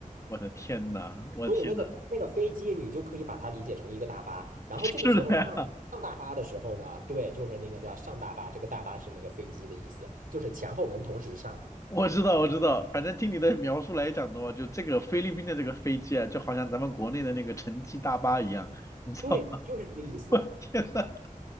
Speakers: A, on the left; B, on the right.
A: 我的天呐，我的天呐，
B: 所以那个那个飞机，你就可以把它理解成一个大巴。然后这个时候上上大巴的时候呢，
A: 是的呀。
B: 对，就是那个叫上大巴，这个大巴是那个飞机的意思，就是前后门同时上。
A: 我知道，我知道，反正听你的描述来讲的话，就这个菲律宾的这个飞机啊，就好像咱们国内的那个城际大巴一样，你知道吗？
B: 对，就是这个意思。
A: <laughs> 天呐，